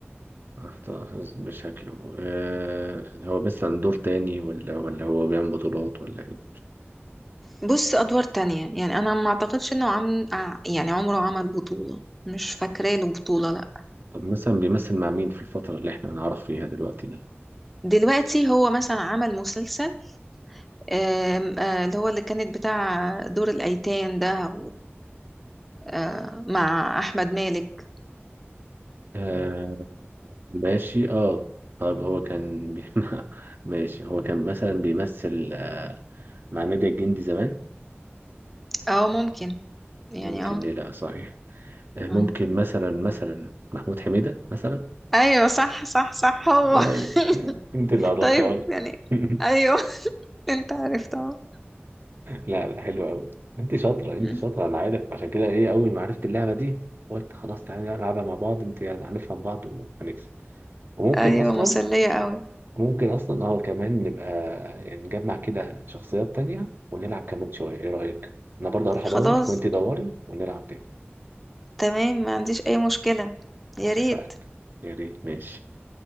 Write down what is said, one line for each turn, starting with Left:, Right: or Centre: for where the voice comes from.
Right: احتفظ بشكله آه، هو مثلا دور تاني ولا ولا هو بيعمل بطولات ولا ايه
Centre: بص ادوار تانية يعني انا ما اعتقدش انه عم ع- يعني عمره عمل بطولة مش فاكرة له بطولة لا
Right: طب مثلا بيمثل مع مين في الفتره اللي احنا نعرف فيها دلوقتي دي
Centre: دلوقتي هو مثلا عمل مسلسل آم، آه، اللي هو اللي كانت بتاع دور الايتام ده و- آه، مع احمد مالك
Right: آه، ماشي اه طب هو كان بي... <laughs> ماشي هو كان مثلا بيمثل آه، مع النادي الجندي زمان
Centre: اه ممكن
Right: ممكن
Centre: يعني اه
Right: ليه لا صحيح آه، ممكن
Centre: أيوة.
Right: مثلا مثلا محمود حميدة مثلا
Centre: ايوه صح صح صح هو
Right: هاي انت
Centre: <laughs>
Right: اللي عرفتها
Centre: طيب
Right: لي
Centre: يعني
Right: <laughs>
Centre: ايوه <laughs> انت عرفت اه
Right: لا لا حلو قوي انت شاطرة انت
Centre: أمم.
Right: شاطرة انا عارف عشان كده ايه اول ما عرفت اللعبة دي قلت خلاص تعالى نلعبها مع بعض انت يعني هنفهم بعض وهنكسب وممكن
Centre: ايوه
Right: اصلا
Centre: مسلية قوي
Right: ممكن اصلا اه كمان نبقى يعني نجمع كده شخصيات تانية ونلعب كمان شوية ايه رأيك انا برضه هروح ادور
Centre: خلاص
Right: وانت دوري ونلعب تاني
Centre: تمام ما عنديش أي مشكلة يا
Right: اتفقنا
Centre: ريت
Right: يا ريت ماشي